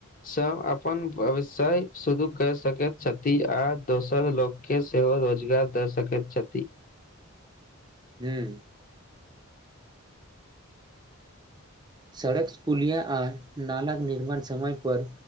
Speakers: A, on the left (about 35°); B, on the right (about 20°).
A: सब अपन व्यवसाय शुरू कर सकैत छथि आ दोसर लोक के सेहो रोजगार दऽ सकैत छथि
B: हूं सड़क पुलिया आ नालाक निर्माण समय पर